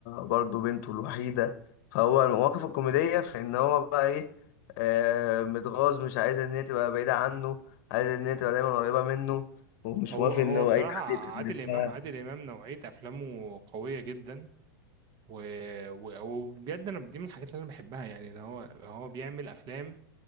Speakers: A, on the left; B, on the right.
A: برضه بنته الوحيدة فهو المواقف الكوميدية في ان هو بقى ايه آه متغاظ مش عايز ان هي تبقى بعيدة عنه عايز ان هي تبقى دايما قريبة منه ومش
B: هو
A: موافق
B: هو
A: ان هو
B: بصراحة
A: اي حد
B: عادل
A: يتقرب
B: إمام عادل إمام نوعية أفلامه قوية جدا و... و... وبجد أنا دي من الحاجات اللي أنا بحبها يعني إن هو هو بيعمل أفلام